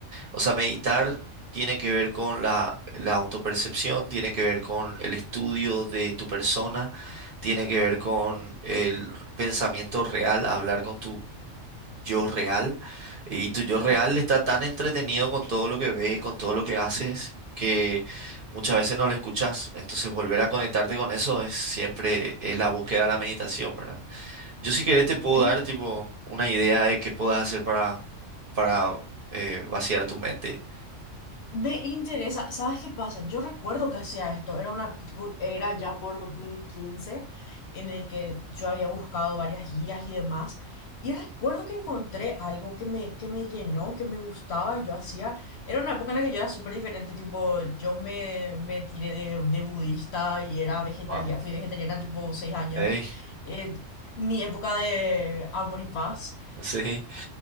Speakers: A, on the right; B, on the left.
A: o sea, meditar tiene que ver con la, la autopercepción, tiene que ver con el estudio de tu persona, tiene que ver con el pensamiento real, hablar con tu yo real. Y tu yo real
B: ujú.
A: está tan entretenido con todo lo que ves, con todo lo que haces, que muchas veces no lo escuchas. Entonces volver a conectarte con eso es siempre es la búsqueda de la meditación, ¿verdad? Yo si querés te puedo
B: Yo
A: dar tipo una idea de qué puedas hacer para, para eh, vaciar tu mente.
B: Me interesa, ¿sabes qué pasa? Yo recuerdo que hacía esto, era una, tipo, era ya por 2015 en el que yo había buscado varias guías y demás, y recuerdo que encontré algo que me, que me llenó, que me gustaba, yo hacía, era una época en la que yo era súper diferente, tipo, yo me, me tiré de, de budista y era vegetariana,
A: Wow.
B: fui vegetariana tipo seis años,
A: Ey,
B: eh, mi época de amor y paz,
A: sí.